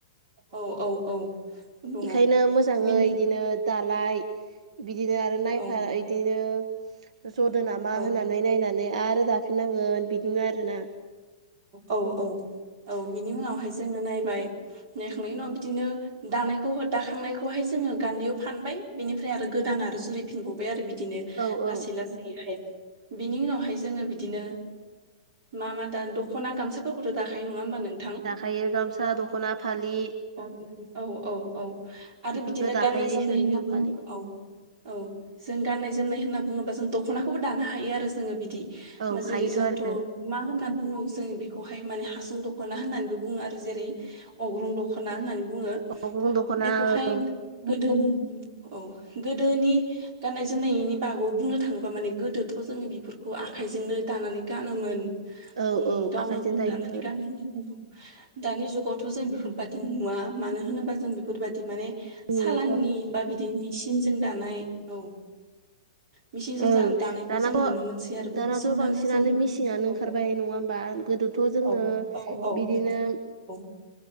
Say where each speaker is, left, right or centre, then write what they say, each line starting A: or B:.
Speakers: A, on the right (about 35°); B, on the right (about 70°).
A: औ औ औ नङा
B: बेखायनो मोजाङै
A: बेनि
B: बिदिनो दा दालाय बिदिनो आरो नायफा
A: औ
B: बिदिनो जदो नामा
A: औ
B: होननानै नायनानै आरो दाफिननांगोन बिदिनो आरो ना
A: औ औ औ बिनि उनावहाय जोंङनो नायबाय नायखांनायनि उनाव बिदिनो दानायखौ दाखांनायखौहाय जोङो गान्दैयाव फानबाय बेनिफ्राय आरो गोदान आरो जुरिफिनबावबाय आरो बिदिनो
B: औ औ
A: लासै लासैहाय बिनि उनावहाय जोङो बिदिनो मा मा दान द ख'ना गामसाफोरखौथ' दाखायो नंङा होमबा नों
B: खायो गामसा दख'ना फालि
A: औ औ औ आरो
B: इफोरखौ
A: बिदिनो
B: दाखायो
A: गाननाय जोमनाय
B: दिसुन
A: होनना
B: बिहु
A: बुङ
B: फालि
A: औ औ जों गाननाय जोमनाय होनना बुङोब्ला जों दख'नाखौबो दानो हायो आरो जोङो बिदि
B: औ
A: जेरै
B: हायोथ'
A: जोंथ'
B: आरो
A: मा होननानै बुङो जों बेखौहाय माने हासं दख'ना होननानैबो बुङो आरो जेरै अग्रं दख'ना होननानै बुङो।
B: अग्रं दख'ना
A: बेखौहाय
B: ओं
A: गोदोनि औ गोदोनि गाननाय जोमनायनि बागै बुंनो थाङोब्ला माने गोदोथ' जोङो बेफोरखौ आखाइजोंनो दानानै गानोमोन।
B: औ
A: उम
B: औ
A: गावनो
B: आखाइजों दायोमोनथ'
A: दानानै
B: आरो
A: गानो। दानि जुगावथ' जों बेफोरबायदि नुवा मानो होनोबा जों बेफोरबायदि माने
B: नुलाथ'
A: सालाननि
B: आरो
A: बा बिदिनो मिसिनजों दानाय औ। मिसिंजों
B: ओं
A: जानो दानायखौ
B: दानाथ'
A: जों नुनो मोनसै आरो
B: दानाथ' बांसिनानो
A: जों
B: मिसिंङानो
A: औ
B: ओंखारबाय नंङा होम बा गोदोथ' जोङो
A: औ औ
B: बिदिनो
A: औ।